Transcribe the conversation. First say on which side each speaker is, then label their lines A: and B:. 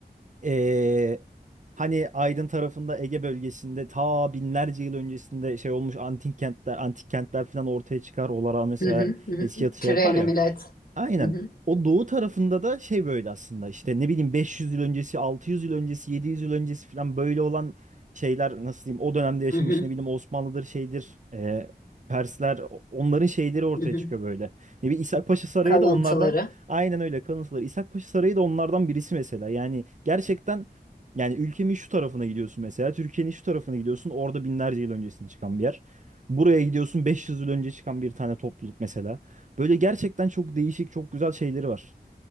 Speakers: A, on the right; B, on the left.
A: Ee, hani Aydın tarafında Ege bölgesinde ta binlerce yıl öncesinde şey olmuş antik kentler, antik kentler falan ortaya çıkar. Olara mesela
B: Hı hı, hı
A: eski
B: hı.
A: yatı şey
B: Treni
A: yapar ya.
B: millet.
A: Aynen.
B: Hı hı,
A: O doğu tarafında da şey böyle aslında işte ne bileyim 500 yıl öncesi, 600 yıl öncesi, 700 yıl öncesi falan böyle olan şeyler nasıl diyeyim o dönemde yaşamış
B: hı hı,
A: ne bileyim Osmanlı'dır şeydir e, Persler o- onların şeyleri ortaya
B: hı hı.
A: çıkıyor böyle. Ne bileyim İshak Paşa Sarayı
B: Kalıntıları.
A: da onlardan Aynen öyle kalıntıları. İshak Paşa Sarayı da onlardan birisi mesela. Yani gerçekten yani ülkemin şu tarafına gidiyorsun mesela. Türkiye'nin şu tarafına gidiyorsun. Orada binlerce yıl öncesinde çıkan bir yer. Buraya gidiyorsun 500 yıl önce çıkan bir tane topluluk mesela. Böyle gerçekten çok değişik, çok güzel şeyleri var.